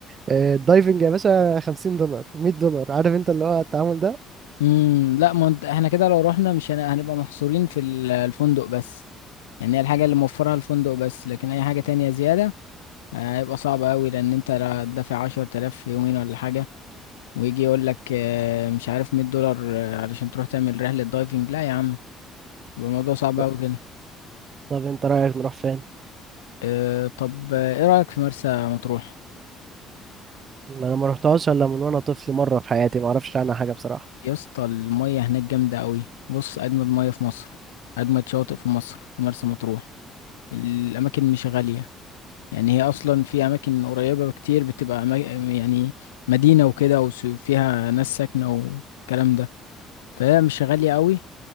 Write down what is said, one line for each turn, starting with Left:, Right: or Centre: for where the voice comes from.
Right: آه، الدايفنج يا باشا 50 دولار 100 دولار عارف انت اللي هو التعامل ده
Left: امم لا ما انت- احنا كده لو رحنا مش هن- هنبقى محصورين في ال- الفندق بس يعني هي الحاجة اللي موفرها الفندق بس لكن اي حاجة تانية زيادة آه، هيبقى صعب قوي لان انت لا- دافع عشرة آلاف في يومين ولا حاجة ويجي يقول لك آه، مش عارف 100 دولار آه، علشان تروح تعمل رحلة دايفنج لا يا عم يبقى الموضوع صعب
Right: ط-
Left: أوي كده
Right: طب انت رايك نروح فين
Left: آه، طب آه، ايه رأيك في مرسى مطروح
Right: انا ما رحتهاش الا من وانا طفل مره في حياتي ما اعرفش عنها حاجه بصراحه
Left: يا اسطى المية هناك جامدة أوي بص أجمد مية في مصر أجمد شواطئ في مصر في مرسى مطروح الأماكن مش غالية يعني هي أصلا في أماكن قريبة بكتير بتبقى أما- يعني مدينة وكده وفيها ناس ساكنة والكلام ده فهي مش غالية أوي